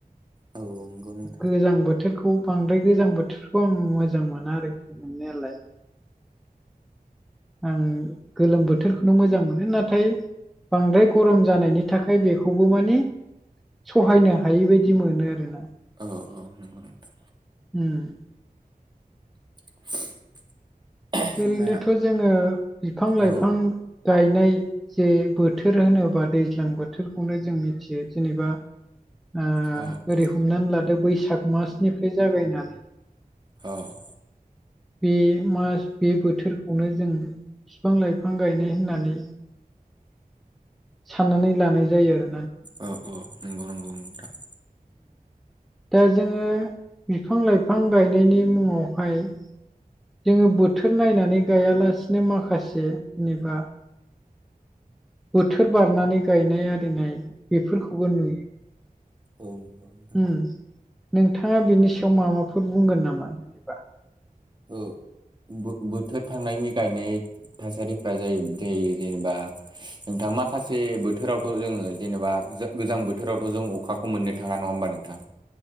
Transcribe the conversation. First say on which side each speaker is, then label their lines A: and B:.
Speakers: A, on the right; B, in the centre.
A: औ नंगौ नोंथां
B: गोजां बोथोरखौ बांद्राय गोजां बोथोरखौ आं मोजां मोना आरोखि मोननायालाय । आं गोलोम बोथोरखौनो मोजां मोनो नाथाय । बांद्राय गरम जानायनि थाखाय बेखौबो माने सहायनो हायि बायदि मोनो आरो ना ।
A: औ औ नंगौ नंगौ
B: ओम ।
A: <unintelligible> जोंना
B: ओरैनोथ' जोंङो बिफां लाइफां
A: औ
B: गायनाय जे बोथोर होनोबा दैज्लां बोथोरखौनो जों मिथियो जेनेबा ओ
A: औ ।
B: ओरै हमनानै लादो बैसाग मासनिफ्राय जागायनानै
A: औ
B: बे मास बे बोथोरखौनो जों बिफां लाइफां गायनाय होननानै साननानै लानाय जायो ।
A: औ औ नंगौ नंगौ नोंथां ।
B: दा जोङो बिफां लाइफां गायनायनि मुङावहाय । जोङो बोथोर नायनानै गायालासिनो माखासे जेनेबा बोथोर बारनानै गायनाय आरिनाय बेफोरखौबो नुयो
A: औ नंगौ नोंथां
B: । उ नोंथाङा बिनि सायाव माबाफोर बुंगोन नामा? जेनेबा
A: औ बोथोर थांनायनि गायनाय थासारिफोरा जायो जायो जेनेबा नोंथां माखासे बोथोरावथ' जोङो जेनेबा गोजां बोथोरावथ' जों अखा ख मोननो थाङा नङा होमबा नोंथां?